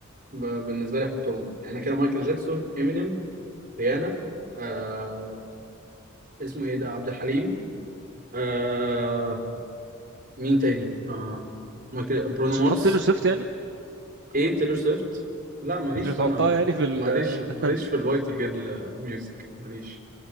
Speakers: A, on the right; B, on the right.
A: ب- بالنسبه لي احطهم بقى. يعني كده مايكل جاكسون امينيم ريانا آه اسمه ايه ده عبد الحليم آه مين تاني آه مايكل برونو
B: مش
A: مارس
B: هتحط تيلور سويفت يعني
A: ايه تيلور سويفت لا ماليش
B: مش هتحطها
A: فانا
B: يعني في ال
A: ماليش ماليش
B: <laughs>
A: في الوايت جيرل ميوزك ماليش